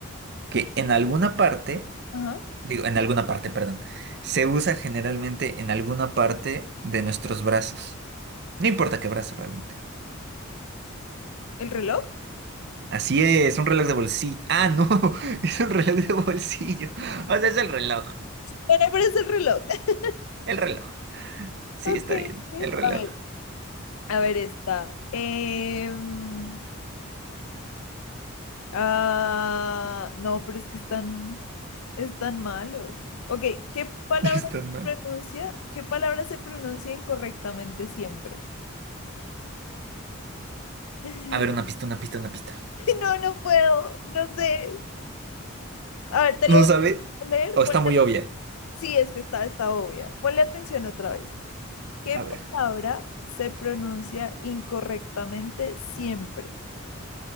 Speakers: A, on the right (about 50°); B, on the left (about 85°).
A: Que en alguna parte,
B: Ajá.
A: digo, en alguna parte, perdón, se usa generalmente en alguna parte de nuestros brazos. No importa qué brazo realmente.
B: ¿El reloj?
A: Así es, un reloj de bolsillo. Ah, no, <laughs> es un reloj de bolsillo. O sea, es el reloj.
B: Bueno, pero es el reloj. <laughs>
A: El reloj. Sí,
B: Ok,
A: está bien,
B: ok,
A: el reloj.
B: a ver. A ver, esta. Em, ah, no, pero es que están, están malos. Ok, ¿qué palabra
A: <laughs> Está
B: se
A: mal.
B: pronuncia? ¿Qué palabra se pronuncia incorrectamente siempre? <laughs>
A: A ver, una pista, una pista, una pista.
B: No, no puedo, no sé. A ver, te
A: ¿No
B: lo voy
A: sabe?
B: a leer.
A: O
B: ponle-
A: está muy obvia.
B: Sí, es que está, está obvia. Ponle atención otra vez. ¿Qué
A: A ver,
B: palabra se pronuncia incorrectamente siempre?